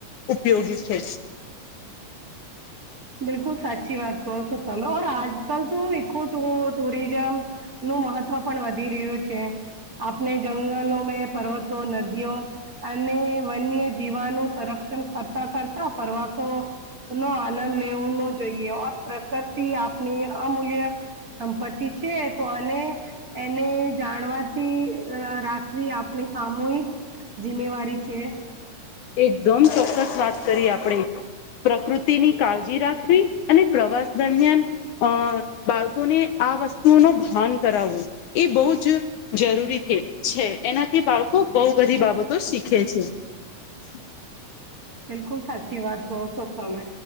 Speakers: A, on the left (about 70°); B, on the right (about 30°).
A: ઉપયોગી છે.
B: બિલકુલ સાચી વાત કહો <inaudible> આજ કલ તો ઇકો ટ ટુરિઝમ. નું મહત્વ પણ વધી રહ્યું છે. આપને જંગલો મેં પર્વતો, નદીઓ અને વન્ય જીવાનું સંરક્ષણ કરતા કરતા પ્રવાસો નો આનંદ. લેવું ન જોઈએ ઓર પ્રકતિ આપણી અમૂલ્ય. સંપત્તિ છે તો અને, એને જાણવાથી રાખવી આપણે સામૂહિક. જિમ્મેવારી છે.
A: એકદમ ચોક્કસ વાત કરી આપણેે. પ્રકૃતિની કાળજી રાખવી અને પ્રવાસ દરમિયાન. અ બાળકોને આ વસ્તુઓ ભાન કરાવવું એ બહુ જ જરૂરી થ છે એનાથી બાળકો બહુ બધી બાબતો શીખે છે. <inaudible>
B: બિલકુલ સાચી વાત હકો છો તમે